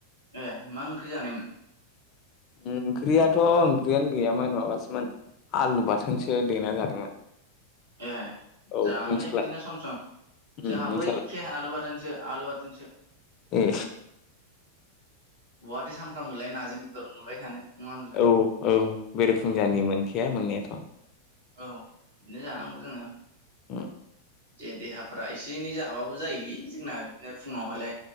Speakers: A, on the right; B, on the left.
A: ए मा ओंख्रि जानायमोन
B: ओंख्रियाथ' ओंख्रियानो गैयामोन माबासोमोन आलु बाथोनसो देनाय जादोंमोन
A: ए
B: औ
A: जानांगौलै
B: नोंसालाय
A: बिदिनो सम सम
B: उम
A: जोंहाबो
B: नोंसालाय
A: आलु बाथोनसे आलु बाथोनसो
B: ए
A: बहाथो सामफ्रामबोलाय नाजों बेदर मोनबाय थानो नङा होनब्ला?
B: औ औ बेरेफुंजानि
A: औ
B: मोनखाया मोननायाथ'
A: औ बिदिनो जानांगौ जोङो
B: ह
A: जे देहाफोरा एसे एनै जाबाबो जायोलै जोंना बिदिनो फुङावहलाय